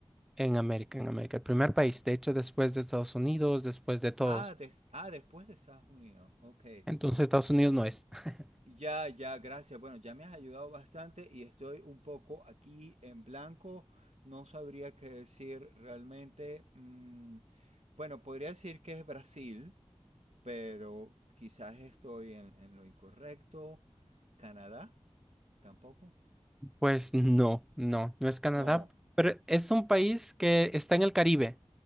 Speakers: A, in the centre; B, on the right (about 80°).
A: En América, en América, el primer país, de hecho, después de Estados Unidos, después de todos.
B: Ah, des- ah, después de Estados Unidos. Ok.
A: Entonces, Estados Unidos no es. <laughs>
B: Ya, ya, gracias. Bueno, ya me has ayudado bastante y estoy un poco aquí en blanco. No sabría qué decir realmente. Mm, bueno, podría decir que es Brasil, pero quizás estoy en, en lo incorrecto. Canadá, tampoco.
A: Pues no, no, no es Canadá,
B: No.
A: pero es un país que está en el Caribe.